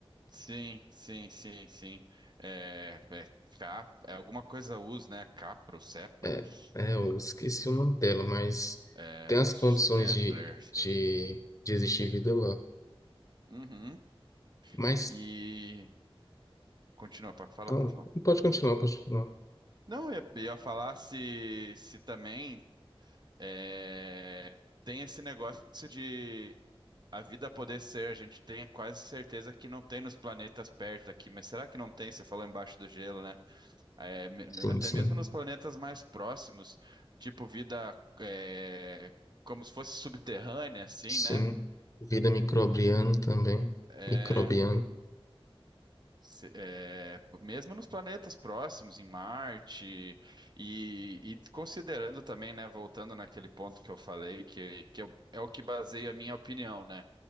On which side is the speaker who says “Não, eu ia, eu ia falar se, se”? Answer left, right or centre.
Right